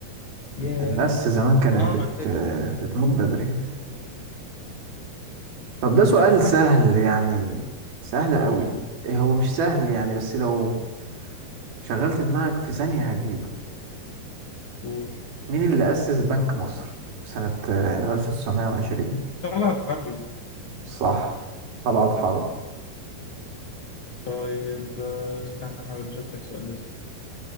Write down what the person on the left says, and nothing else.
ياه
اه
ما تقلقش.
ده كان عارف
قول
قول
قول
طلعت حربي
طيب آه، استنى احاول اشوف لك سؤال